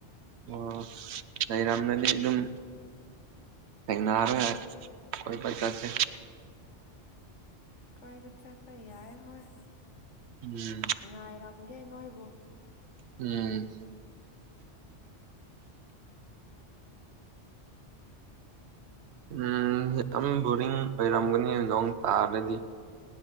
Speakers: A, on the right (about 70°); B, on the left (about 80°).
A: ꯑꯣ ꯑꯩꯔꯝꯒꯅꯤ ꯑꯗꯨꯝ ꯊꯦꯡꯅꯔꯦ ꯀꯣꯏꯕ ꯆꯠꯁꯦ
B: ꯀꯣꯏꯕ ꯆꯠꯄ ꯌꯥꯏ ꯍꯣꯏ
A: ꯎꯝ
B: ꯉꯥꯏꯔꯝꯒꯦ ꯅꯣꯏꯕꯨ
A: ꯎꯝ ꯎꯝ ꯌꯥꯝ ꯕꯣꯔꯤꯡ ꯑꯣꯏꯔꯝꯒꯅꯤ ꯅꯣꯡ ꯇꯥꯔꯗꯤ